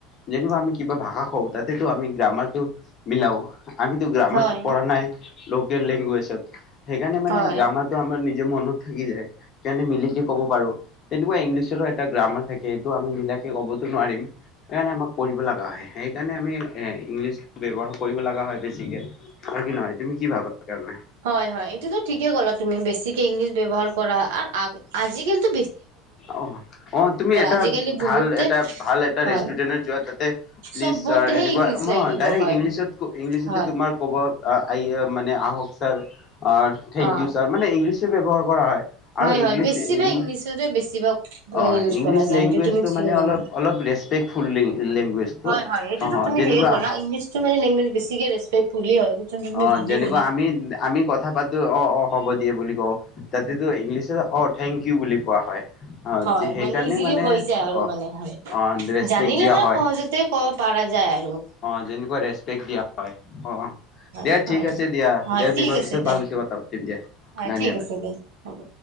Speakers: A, on the left; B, on the right.
A: যেনিবা আমি কিবা ভাষা কওঁ তাতেতো আমি গ্ৰামাৰটো। মিলাও আমিতো গ্ৰামাৰ
B: হয়
A: পঢ়া নাই লোকেল লেংগুৱেজত। সেইকাৰণে মে
B: হয়
A: গ্ৰামাৰটো আমাৰ নি যে মনত থাকি যায় সেইকাৰণে মিলিকে ক'ব পাৰো ল, তেনেকুৱা ইংলিছৰো এটা গ্ৰামাৰ থাকে। সেইটো আমি মিলা ক'বতো নোৱাৰিম সেইকাৰণে আমাক পঢ়িব লগা হয় সেইকাৰণে আমি ইংলিছ ব্যৱহাৰ কৰিব লগা হয় বেছিকে হয় কি নহয় তুমি কি ভাবা? সেইকাৰণে
B: হয়-হয় এইটোতো ঠিকেই গ'লা তুমি বেছিকে ইংলিছ ব্যৱহাৰ কৰা হয়, আজি কিন্তু
A: অ-অ তুমি এটা
B: আজিকালি
A: ভাল
B: বহুতে
A: এটা ভাল এটা
B: হয়
A: ৰেষ্টুৰেণ্টৰ যোৱা তাতে, প্লিজ
B: চবতেহে
A: ছাৰ এনেকুৱা
B: ইংলিছ
A: ময়
B: লাগিব
A: ডাইৰেক্ট
B: হয়
A: ইংলিছত ইংলিছতে
B: হয়
A: তোমাৰ ক'ব আ', আযে মানে আহক sir thank
B: O
A: you sir মানে ইংলিছো ব্যৱহাৰ কৰা হয়।
B: হয়
A: আৰু
B: হয়
A: ইংলিছ
B: বেছিভাগ
A: ইং
B: ইংলিছৰে বেছিভাগ
A: অঁ',
B: ইউজ
A: ইংলিছ
B: কৰা যায়
A: লেংগুৱেজটো
B: সেইটো তুমি ঠিকে
A: মানে
B: ক'লা।
A: অলপ অলপ ৰেচপেক্টফুল লেংগুৱেজটো।
B: হয়, এইটো
A: অ
B: টো তুমি
A: যেনেকুৱা
B: ঠিকে ক' ইংলছতো মে লেংগুজ টো বেছিকে ৰেচপেকফুলি হয়। তুমি
A: অ'
B: ভালে
A: যেনেকুৱা
B: ক'লা।
A: আমি-আমি কথা পাতো অ', অ' হ'ব দিয়ে বুলি কওঁ তাতেতো ইংলিছত অ' থেংক ইউ বুলি কোৱা হয়। অ
B: হয়,
A: সেইকাৰণে
B: মানে ইজিলি হৈ যায় আৰু
A: অ
B: মানে হয়,
A: অ ৰেচপেক্ট
B: জানিলে
A: দিয়া
B: মানে
A: হয়
B: সহজতে ক'ব পাৰ কৰা যায় আৰু।
A: অ' যেনেকুৱা ৰেচপেক্ট দিয়া হয় অ',
B: হয়
A: দিয়া
B: হয়
A: ঠিক আছে দিয়া ইয়াৰ
B: হয় ঠিক
A: বিষৰ
B: আছে
A: পিছত
B: দিয়া
A: ভালকে কথা পাতিম দিয়া।
B: হয়
A: ধন্যবাদ
B: ঠিক আছে দিয়া হ'ব।